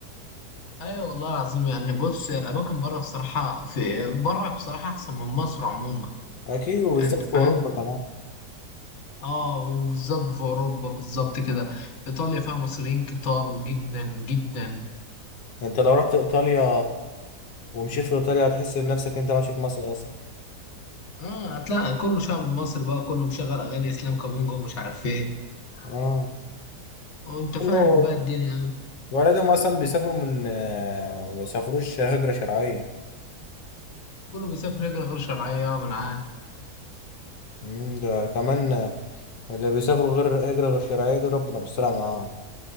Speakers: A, on the left (about 45°); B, on the left (about 80°).
A: ايوه والله العظيم يعني بص هي الاماكن بره بصراحه في بره بصراحه احسن من مصر عموما
B: اكيد وبالذات
A: يعني انت
B: في
A: فاهم
B: اوروبا كمان
A: اه وبالظبط في اوروبا بالظبط كده ايطاليا فيها مصريين كتار جدا جدا
B: انت لو رحت ايطاليا ومشيت في ايطاليا هتحس نفسك انت ماشي في مصر اصلا
A: اه هتلاقي كله شعب مصري بقى كله مشغل اغاني اسلام كامونجا ومش عارف ايه
B: اه
A: وانت
B: كله
A: فاهم بقى الدنيا يعني
B: ولادهم اصلا بيسافروا من آه، ما بيسافروش هجره شرعيه
A: كله بيسافر هجره غير شرعيه آه، من معاه
B: مم، ده كمان آه، اللي بيسافروا غير هجره غير شرعيه دي ربنا بيسترها معاهم